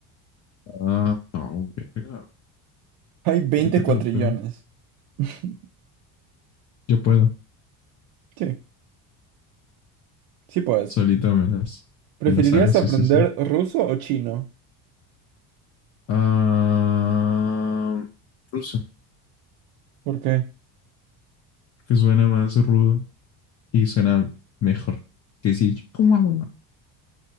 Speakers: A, on the left; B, on the right.
A: Ah, no, verga.
B: Hay 20
A: Ahorita te
B: cuatrillones.
A: lo pregunto.
B: <laughs>
A: Yo puedo.
B: Sí, sí puedes.
A: Solito me las,
B: ¿Preferirías
A: me las hago, sí,
B: aprender
A: sí, sí.
B: ruso o chino?
A: Ah, ruso,
B: ¿Por qué?
A: que suena más rudo y suena mejor que decir ¿cómo vamos